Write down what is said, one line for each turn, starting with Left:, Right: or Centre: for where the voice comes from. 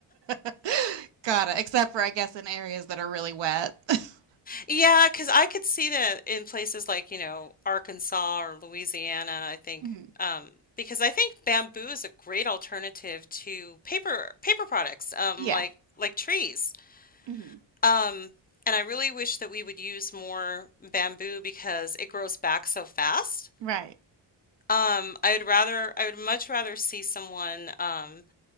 Right: <laughs> Got it. Except for I guess in areas that are really wet. <laughs>
Left: Yeah, because I could see that in places like, you know, Arkansas or Louisiana, I think.
Right: Mhm.
Left: Um, because I think bamboo is a great alternative to paper paper products, um,
Right: Yeah.
Left: like like trees.
Right: hmm
Left: Um, and I really wish that we would use more bamboo because it grows back so fast.
Right: Right.
Left: Um, I would rather, I would much rather see someone um,